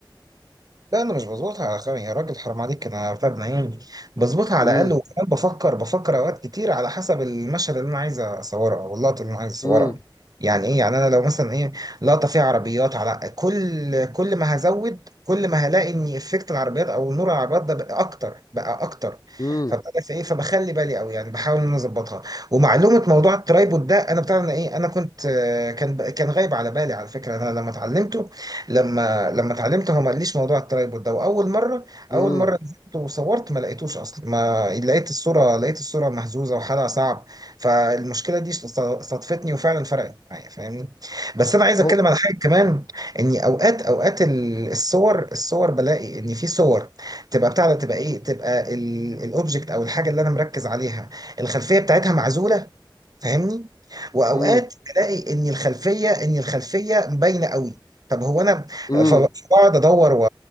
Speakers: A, on the right (about 50°); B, on the left (about 45°).
A: لا انا مش بظبطها على خير يا راجل حرام عليك انا فاهم عيوني بظبطها على
B: امم
A: الاقل وكمان بفكر بفكر اوقات كتير على حسب المشهد اللي انا عايز اصوره او اللقطه اللي انا عايز اصورها
B: امم
A: يعني ايه يعني انا لو مثلا ايه لقطه فيها عربيات على كل كل ما هزود كل ما هلاقي ان افكت العربيات او نور العربيات ده بقى اكتر بقى اكتر
B: امم
A: فابتدى في ايه فبخلي بالي قوي يعني بحاول ان انا اظبطها ومعلومه موضوع الترايبود ده انا بتاع انا ايه انا كنت آه، كان كان غايب على بالي على فكره انا لما اتعلمته لما لما اتعلمته هو ما قاليش موضوع الترايبود ده واول مره
B: امم
A: اول مره نزلت وصورت ما لقيتوش اصلا ما لقيت الصوره لقيت الصوره مهزوزه وحالها صعب فالمشكله دي صدفتني وفعلا فرقت معايا فاهمني بس انا عايز اتكلم
B: هو
A: على حاجه كمان اني اوقات اوقات ال- الصور الصور بلاقي ان في صور تبقى بتاع ده تبقى ايه تبقى الاوبجكت او الحاجه اللي انا مركز عليها الخلفيه بتاعتها معزوله فاهمني واوقات
B: امم
A: الاقي ان الخلفيه ان الخلفيه باينه قوي طب هو انا
B: امم
A: ف- فبقعد ادور و-